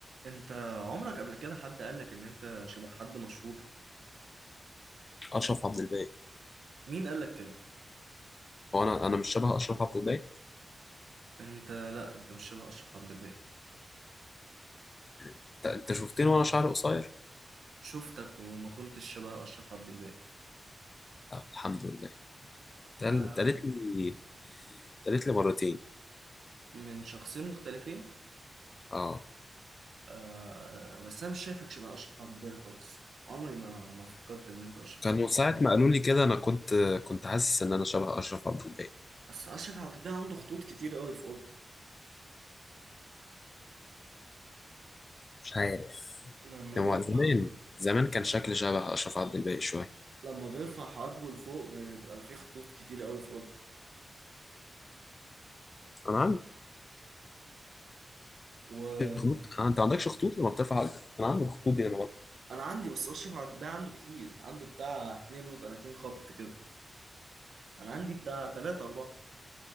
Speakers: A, on the right; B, on the left.
A: انت عمرك قبل كده حد قالك ان انت شبه حد مشهور
B: اشرف عبد الباقي
A: مين قالك كده
B: هو انا انا مش شبه اشرف عبد الباقي
A: انت لا انت مش شبه اشرف عبد الباقي
B: انت أنت شفتني وانا شعري قصير
A: شفتك وما كنتش شبه اشرف عبد الباقي
B: لا الحمد لله ده
A: آه
B: اللي اتقالت لي اتقالت لي مرتين
A: من شخصين مختلفين
B: اه
A: آه آه، بس انا مش شايفك شبه اشرف عبد الباقي خالص عمري ما ما فكرت ان انت اشرف
B: كانوا
A: عبد
B: ساعة ما قالوا لي كده انا كنت كنت حاسس ان انا شبه اشرف عبد الباقي
A: بس اشرف عبد الباقي عنده خطوط كتير قوي في اورته
B: مش عارف
A: لما بيرفع
B: هو زمان زمان كان شكلي شبه اشرف عبد الباقي شويه
A: لما بيرفع حواجبه لفوق بيبقى فيه خطوط كتير قوي في اورته
B: انا عندي
A: وانا
B: خطوط آه، انت ما عندكش خطوط لما بترفع عقلك انا عندي الخطوط دي لما
A: عندي بس اشرف عبد الباقي عنده كتير عنده بتاع 32 خط كده انا عندي بتاع تلاتة اربعة